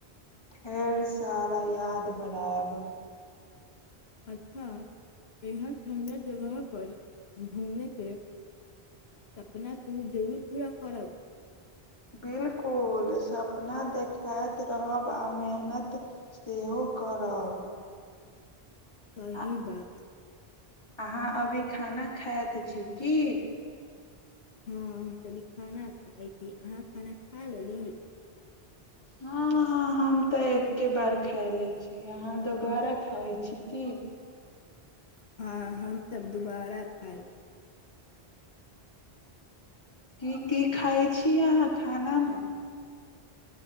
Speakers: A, on the left (about 25°); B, on the left (about 80°).
A: ढेर सारा याद बनायब
B: अच्छा एहन ठंडा जगह पर घुमेंके सपना तु जरूर पूरा करब
A: बिल्कुल स्वप्ना देखायत रहब आ मेहनत सेहो करब
B: सही
A: आ
B: बात
A: अहाँ अभी खाना खाइत छी की
B: हाँ हम त अभी खाना खाइ छी अहाँ खाना खा लेली
A: हाँ हाँ हाँ हम त एक्के बार खाय ले छी अहाँ दोबारा खाइ छी की
B: हाँ हम त दुबारा खाइ
A: की की खाइ छी अहाँ खानामे